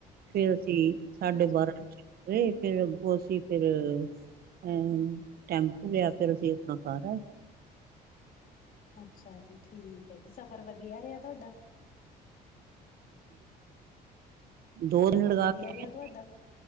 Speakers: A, on the right; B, on the left.
A: ਫੇਰ ਅਸੀਂ ਸਾਡੇ
B: ਅੱਛਾ
A: ਬਾਰਾਂ
B: ਜੀ
A: ਰ ਫੇਰ ਉਸੀ ਫਿਰ ਅਹ ਟੈਂਪੂ ਲਿਆ ਫਿਰ ਅਸੀਂ ਆਪਣਾ ਕਾਰ ਆ
B: ਅੱਛਾ ਜੀ ਠੀਕ ਹੈ ਜੀ ਸਫ਼ਰ ਵਧੀਆ ਰਿਹਾ ਤੁਹਾਡਾ
A: ਦੋ ਦਿਨ
B: ਸਫ਼ਰ
A: ਲਗਾ
B: ਵਧੀਆ
A: ਕੇ
B: ਰਿਹਾ
A: ਆਏ ਅਸੀਂ
B: ਤੁਹਾਡਾ